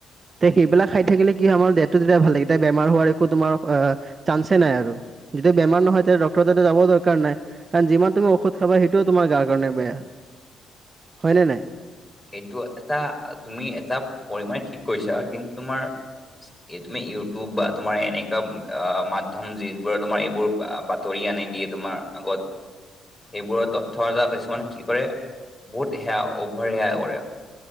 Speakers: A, on the right (about 35°); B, on the left (about 15°).
A: তে সেইবিলাক খাই থাকিলে কি আমাৰ দেহটো তেতিয়া ভাল লাগে তেতিয়া বেমাৰ হোৱাৰ একো তোমাৰ আহ চাঞ্চ এ নাই আৰু, যেতিয়া বেমাৰ নহয় তেতিয়া ডক্টৰ তাতে যাব দৰকাৰ নাই, কাৰণ যিমান তুমি ঔষধ খাবা সেইটোও তোমাৰ গাৰ কাৰণে বেয়া, হয়নে নাই?
B: সেইটো এটা তুমি এটা পৰিমাণে ঠিক কৰিছা কিন্তু তোমাৰ এই তুমি ইউটিউব বা তোমাৰ এনেকা আহ মাধ্যম যিবোৰে তোমাৰ এইবোৰ বা তৰি আনি দিয়ে তোমাৰ আগত। সেইবোৰৰ তথ্য যাৰ কিছুমান কি কৰে, বহুত সেয়া অভাৰ সেয়া কৰে,